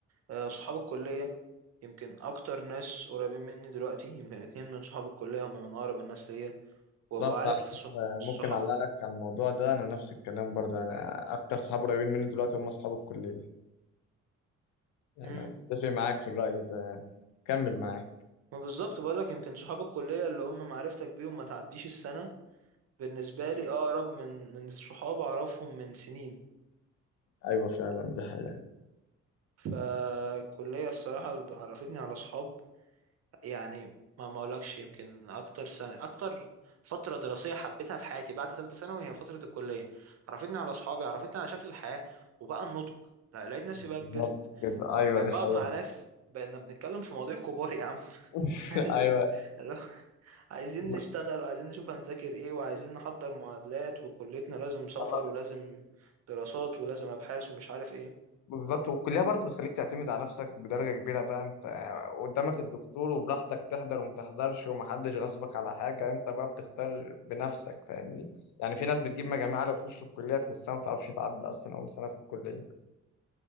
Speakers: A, on the right (about 55°); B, on the left (about 80°).
A: آه، صحاب الكليه يمكن اكتر ناس قريبين مني دلوقتي يمكن اتنين من صحاب الكليه هم من اقرب الناس ليا وعارف
B: بالظبط على فكرة يعني
A: صحاب
B: ممكن اعلق لك على الموضوع ده انا نفس الكلام برضه يعني اكتر صحاب قريبين مني دلوقتي هم اصحاب الكلية يعني
A: مم.
B: أنا اتفق معاك في الرأي ده يعني كمل معاك
A: ما بالظبط بقولك يمكن صحاب الكلية اللي هم معرفتك بيهم ما تعديش السنة بالنسبة لي أقرب من من صحاب أعرفهم من سنين
B: ايوه فعلا دي حقيقة
A: فالكلية الصراحة عرفتني على صحاب يعني ما ما أقولكش يمكن أكتر سنة أكتر فترة دراسية حبيتها في حياتي بعد ثالثة ثانوي هي فترة الكلية عرفتني على صحابي عرفتني على شكل الحياة وبقى النضج لا، لقيت نفسي
B: بالظبط
A: بقى كبرت
B: كده ايوه
A: بقيت
B: دي
A: بقعد
B: حقيقة
A: مع ناس بقينا بنتكلم في مواضيع كبار يا عم
B: <laughs>
A: <laughs>
B: ايوه
A: اللي عايزين
B: لا
A: نشتغل وعايزين نشوف هنذاكر ايه وعايزين نحضر معادلات وكليتنا لازم سفر
B: خلاص
A: ولازم دراسات ولازم ابحاث ومش عارف ايه
B: بالظبط والكلية برضو بتخليك تعتمد على نفسك بدرجة كبيرة بقى انت قدامك الدكتور وبراحتك تحضر وما تحضرش ومحدش غصبك على حاجة انت بقى بتختار بنفسك فاهمني يعني في ناس بتجيب مجاميع عالية وتخش الكلية تحسها ما بتعرفش تعدي أصلا أول سنة في الكلية